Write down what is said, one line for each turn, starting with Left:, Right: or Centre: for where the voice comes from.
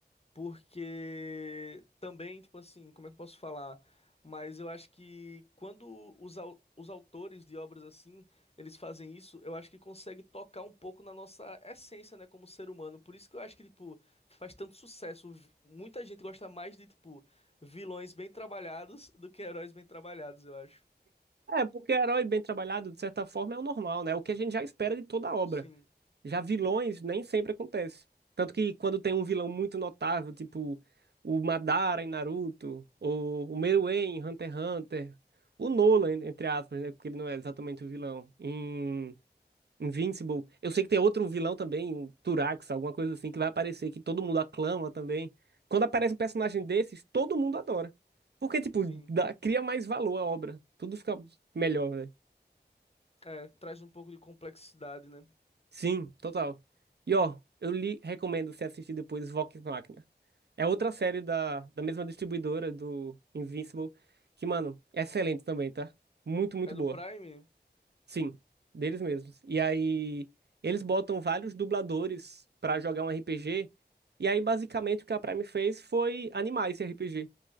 Left: porque também, tipo assim, como é que eu posso falar? Mas eu acho que quando os, au- os autores de obras assim, eles fazem isso, eu acho que consegue tocar um pouco na nossa essência, né, como ser humano. Por isso que eu acho que, tipo, faz tanto sucesso. V- Muita gente gosta mais de, tipo, vilões bem trabalhados do que heróis bem trabalhados, eu acho.
Right: é, porque herói bem trabalhado, de certa forma, é o normal, né? O que a gente já espera de toda a obra.
Left: Sim,
Right: Já vilões nem sempre acontece. Tanto que quando tem um vilão muito notável, tipo o Madara em Naruto, ou o Meruem em Hunter x Hunter, o Nolan, entre aspas, né? Porque ele não é exatamente o vilão. em Invincible. Eu sei que tem outro vilão também, um Turax, alguma coisa assim, que vai aparecer, que todo mundo aclama também. Quando aparece um personagem desses, todo mundo adora. Porque, tipo,
Left: sim.
Right: dá- cria mais valor à obra. Tudo fica melhor, velho.
Left: É, traz um pouco de complexidade, né?
Right: Sim, total. E, ó, eu lhe recomendo você assistir depois Vox Machina. É outra série da, da mesma distribuidora do Invincible, que, mano, é excelente também, tá? Muito, muito
Left: É do
Right: boa.
Left: Prime?
Right: Sim, deles mesmos. E aí eles botam vários dubladores pra jogar um RPG. E aí basicamente o que a Prime fez foi animar esse RPG.